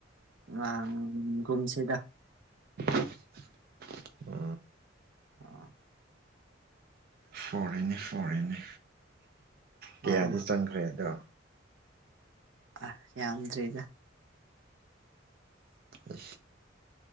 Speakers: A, on the right; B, on the right.
A: ꯑ ꯀꯨꯝꯁꯤꯗ
B: <inaudible>
A: ꯑ
B: ꯐꯣꯔꯦꯅꯦ ꯐꯣꯔꯦꯅꯦ ꯀꯌꯥꯗꯤ
A: ꯑꯣ
B: ꯆꯪꯈ꯭ꯔꯦ ꯑꯗꯣ
A: ꯑ ꯌꯥꯝꯗ꯭ꯔꯤꯗ
B: ꯑ